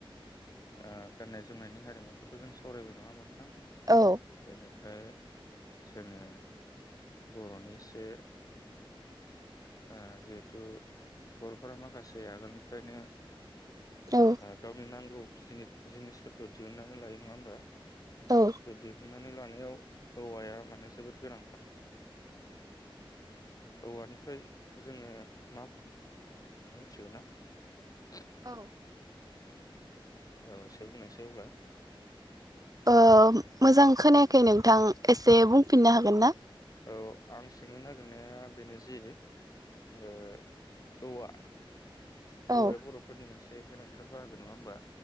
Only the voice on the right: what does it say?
औ
औ
औ
औ
ओ मोजां खोनायाखै नोंथां एसे बुंफिननो हागोन ना?
औ